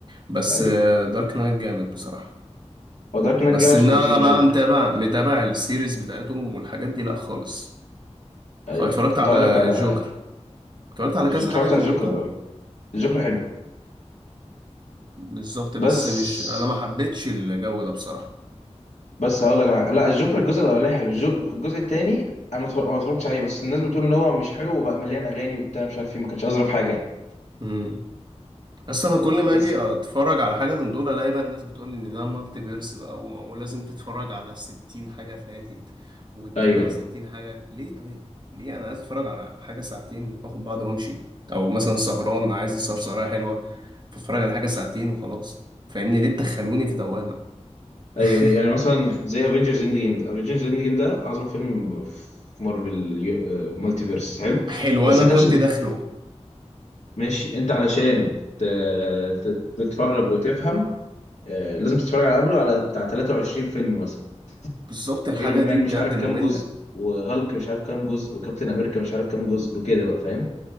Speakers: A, on the right; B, on the left.
A: بس
B: أيوه
A: دارك نايت جامد بصراحة
B: هو دارك نايت
A: بس
B: جاي عشان
A: ان
B: تفسير
A: انا
B: الجوكر
A: بقى متابع متابع السيريز بتاعتهم والحاجات دي لا خالص خ-
B: أيوه
A: اتفرجت
B: كنت
A: على
B: هقول لك على
A: جوكر اتفرجت على
B: اتفرجت
A: كذا حاجة للجوكر
B: على الجوكر أه. الجوكر حلو
A: بالظبط
B: بس
A: بس مش انا ما حبيتش الجو ده بصراحة
B: بس هقول لك أنا... لا الجوكر الجزء الاولاني حلو الجو... الجزء الثاني انا اتفرج... ما اتفرجتش عليه بس الناس بتقول ان هو مش حلو وبقى مليان اغاني وبتاع مش عارف ايه ما كانش اظرف حاجه يعني.
A: امم بس انا كل ما
B: بس
A: اجي اتفرج على حاجه من دول الاقي بقى الناس بتقول لي ان ده مالتي فيرس بقى و- ولازم تتفرج على 60 حاجه فاتت وتتابع
B: ايوه
A: 60 حاجه ليه طيب ليه انا عايز اتفرج على حاجه ساعتين واخد بعض وامشي او مثلا سهران عايز اسهر سهريه حلوه فاتفرج على حاجه ساعتين وخلاص فاهمني ليه تدخلوني في دوامه
B: ايوه
A: <laughs>
B: يعني مثلا زي افنجرز اند جيم ده افنجرز اند جيم ده اعظم فيلم في مارفل مالتي فيرس حلو
A: حلو
B: بس
A: انا
B: انت
A: كنت
B: عشان
A: داخله
B: ماشي انت علشان ت... ت... تتفرج وتفهم آه، لازم تتفرج على قبله على بتاع 23 فيلم مثلا
A: بالظبط
B: ايرون
A: الحاجه دي
B: مان
A: بجد
B: مش عارف كام
A: ممله
B: جزء وهالك مش عارف كام جزء وكابتن امريكا مش عارف كام جزء وكده بقى فاهم